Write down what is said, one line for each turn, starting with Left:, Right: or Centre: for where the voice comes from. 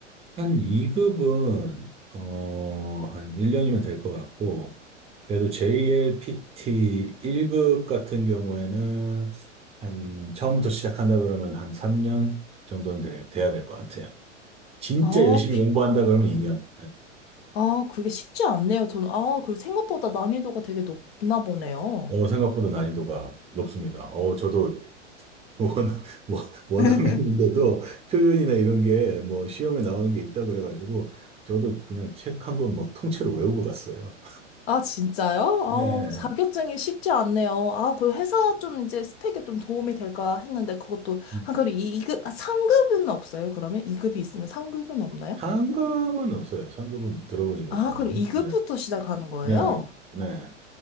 Right: 한 2급은, 어, 한 1년이면 될 것 같고, 그래도 JLPT 1급 같은 경우에는 한 처음부터 시작한다 그러면 한 3년 정도는 돼, 돼야 될 것 같아요. 진짜
Left: 아,
Right: 열심히
Left: 기-
Right: 공부한다 그러면 2년.
Left: 아, 그게 쉽지 않네요. 저는, 아, 그 생각보다 난이도가 되게 높나 보네요.
Right: 어, 생각보다 난이도가 높습니다. 어, 저도 <laughs> 원, 원- 원어민인데도
Left: <laughs>
Right: 표현이나 이런 게 뭐 시험에 나오는 게 있다 그래가지고 저도 그냥 책 한 권 막 통째로 외우고 갔어요.
Left: 아, 진짜요?
Right: 네.
Left: 아, 자격증이 쉽지 않네요. 아, 그 회사 좀 이제 스펙에 좀 도움이 될까 했는데 그것도,
Right: 음.
Left: 아, 그리고 이, 이급 아, 상급은 없어요? 그러면? 이급이 있으면 상급은 없나요?
Right: 상급은 없어요. 상급은 들어보지 못했나요
Left: 아, 그럼 이급부터
Right: 네.
Left: 시작하는 거예요?
Right: 네, 네, 네.